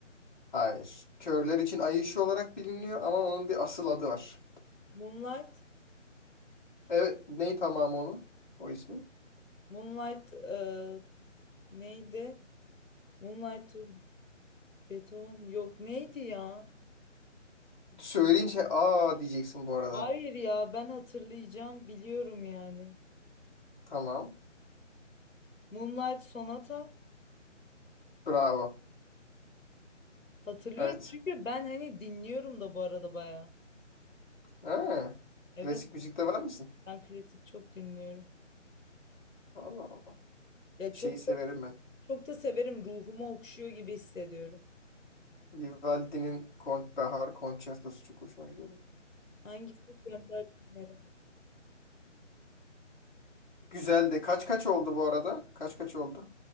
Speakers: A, on the left (about 40°); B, on the left (about 85°).
A: hayır. Körler için Ay Işığı olarak biliniyor ama onun bir asıl adı var.
B: Moonlight,
A: Evet, ney tamamı onun? O ismi.
B: Moonlight e, neydi? Moonlight to Beethoven yok neydi ya?
A: Söyleyince aa diyeceksin bu arada.
B: Hayır ya ben hatırlayacağım biliyorum yani.
A: Tamam.
B: Moonlight Sonata
A: Bravo.
B: hatırlıyorum
A: Evet.
B: çünkü ben hani dinliyorum da bu arada baya.
A: Ha,
B: Evet
A: klasik müzikte var mısın?
B: ben klasik çok dinliyorum.
A: Allah Allah.
B: Ya
A: Şeyi
B: çok
A: severim
B: da,
A: ben.
B: çok da severim ruhuma okşuyor gibi hissediyorum.
A: Vivaldi'nin Kont Bahar Konçertosu çok hoşuma gidiyor.
B: Hangisi gönder dinlerim.
A: Güzel de kaç kaç oldu bu arada? Kaç kaç oldu?